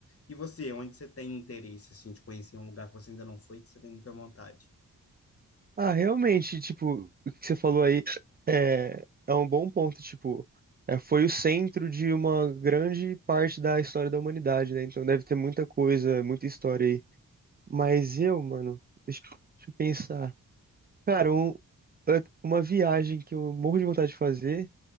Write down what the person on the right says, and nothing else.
Ah, realmente, tipo, o que você falou aí é, é um bom ponto, tipo, é, foi o centro de uma grande parte da história da humanidade, né? Então deve ter muita coisa, muita história aí. Mas eu, mano, deixa, eu deixa eu pensar. Cara, um- é, uma viagem que eu morro de vontade de fazer